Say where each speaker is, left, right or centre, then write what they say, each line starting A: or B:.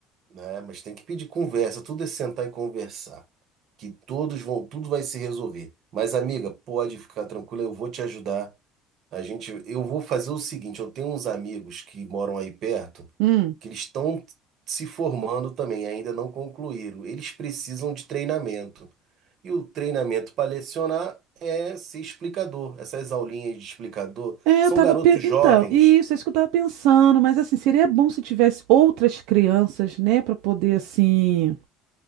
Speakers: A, on the right (about 50°); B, on the right (about 80°).
A: né? Mas tem que pedir conversa, tudo é sentar e conversar, que todos vão, tudo vai se resolver. Mas amiga, pode ficar tranquila, eu vou te ajudar. A gente, eu vou fazer o seguinte, eu tenho uns amigos que moram aí perto,
B: Hum.
A: que eles estão se formando também, ainda não concluíram. Eles precisam de treinamento. E o treinamento para lecionar é ser explicador. Essas aulinhas de explicador
B: É,
A: são
B: eu tava.
A: garotos
B: pe- Então,
A: jovens.
B: isso, é isso que eu tava pensando, mas assim, seria bom se tivesse outras crianças, né, Pra poder, assim,